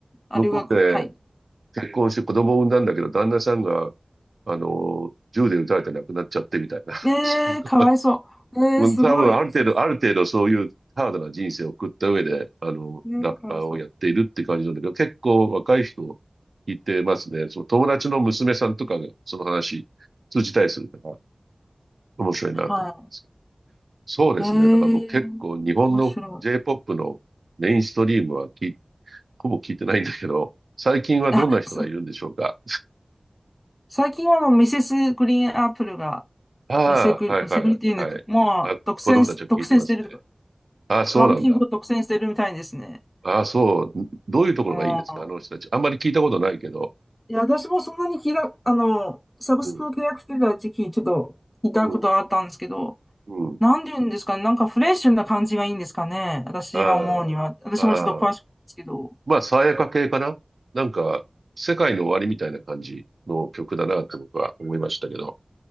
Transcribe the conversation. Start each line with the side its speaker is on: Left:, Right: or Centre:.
Left: あ、
Right: 向こうで
Left: 留学。はい。
Right: 結婚して子供を産んだんだけど、旦那さんが、あの、銃で撃たれて亡くなっちゃってみたいな。
Left: えー、
Right: <laughs> すご
Left: かわいそう。えー、
Right: うん多分ある程度、
Left: すごい。そうす
Right: ある程度そういうハードな人生を送った上で、あの、
Left: えー、
Right: ラッパーをやっているって感じなんだけど、
Left: かわいそう。
Right: 結構若い人いてますね。その友達の娘さんとかがその話通じたりするから面白いなと思うんですけど。
Left: は
Right: そうですね。
Left: い。え
Right: だから僕結構日本の
Left: ー、面白い。
Right: J-POP のメインストリームはき、ほぼ聞いてないんだけど、<laughs> 最近はどんな人がいるんでしょうか。
Left: あ、す、最近はもうミセスグリーンアップルが、
Right: ああ、
Left: ミセグリ、
Right: はいはいはい。
Left: ミセグリっていうのか、もう独占し、
Right: あ、子供たちは聞いてますね。
Left: 独占してるとか、
Right: ああ、そうなんだ。
Left: ランキングを独占してるみたいですね。
Right: ああ、そう。どういうところがいいんですかあの人たち。
Left: もう
Right: あんまり聞いたことないけど。
Left: いや、私もそんなに聞いた、あの、サブスクを契約してた時期、
Right: うん、
Left: ちょっと聞いたことがあったんですけど、
Right: うん、うん。
Left: なんて言うんですかね、なんかフレッシュな感じがいいんですかね、私が思うには。
Right: ああ、
Left: 私もちょっと詳しくないですけど。
Right: ああ。まあ、爽やか系かななんか、世界の終わりみたいな感じの曲だなって僕は思いましたけど。